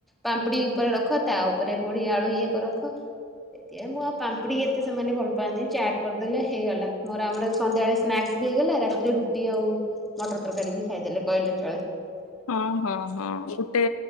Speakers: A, in the centre; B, on the left.
A: ପାମ୍ପୁଡି ଉପରେ ରଖ ତା ଉପରେ ପୁଣି ଆଳୁ ଇଏ କ ରଖ। ସେଥି ପାଇଁ ମୁଁ ଆଉ ପାମ୍ପଡିି ଏତେ ସେମାନେ ଭଲ ପାଆନ୍ତିିନି ଚାଟ କରିଦେଲେ ହେଇଗଲା ମୋର ଆମର ସନ୍ଧ୍ୟାବେଳେ ସ୍ନାକ୍ସ ବି ହେଇଗଲା ରାତିରେ ରୁଟି ଆଉ ମଟର ତରକାରୀ ବି ଖାଇଦେଲେ କହିଲେ ଚଳେ।
B: ହଁ ହଁ ହଁ ଗୋଟେ